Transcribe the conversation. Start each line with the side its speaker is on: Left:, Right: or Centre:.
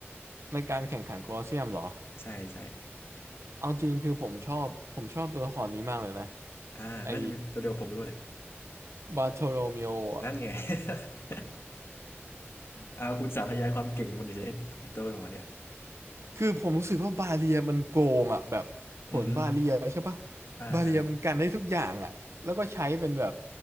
Right: ในการแข่งขันโคลอสเซียมเหรอ
Left: ใช่ใช่
Right: เอาจริงคือผมชอบผมชอบตัวละครนี้มากเลยนะ
Left: อ่าน่าจะเป็นตัวเดียวกับผมหรือเล่านี่ย
Right: ไอ้บาโทโรเมโออ่ะ
Left: นั่นไง <laughs> อ่าคุณสาธยายความเก่งมันเดี๋ยวจไอ้ไอ้ตัวหมาเนี่ย
Right: คือผมรู้สึกว่าบาเลียมันโกงอ่ะแบบผลบาเลียใช่ปะ
Left: อือฮึอ่าอ่า
Right: บาเลียมันกันได้ทุกอย่างอ่ะแล้วก็ใช้เป็นแบบ